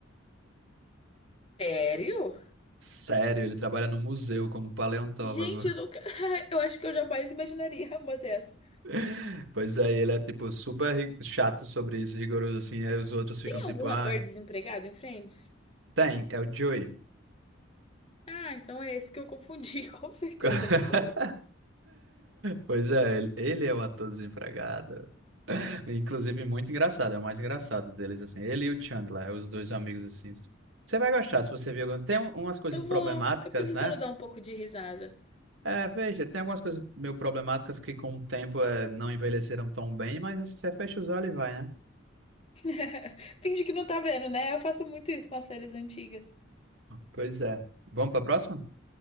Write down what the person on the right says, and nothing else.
Sério, ele trabalha no museu como paleontólogo.
<laughs> Pois é, e ele é tipo super ri- chato sobre isso, rigoroso assim, aí os outros ficam
tipo,
ah,
tem, é o Joey.
<laughs>
Pois é, ele ele é o ator desempregado. Inclusive, muito engraçado, é o mais engraçado deles, assim. Ele e o Chandler, os dois amigos, assim. Você vai gostar se você viu. Tem um- umas coisas
problemáticas,
né?
É, veja, tem algumas coisas meio problemáticas que com o tempo é, não envelheceram tão bem, mas assim, você fecha os olhos e vai, né?
Pois é. Vamos para a próxima?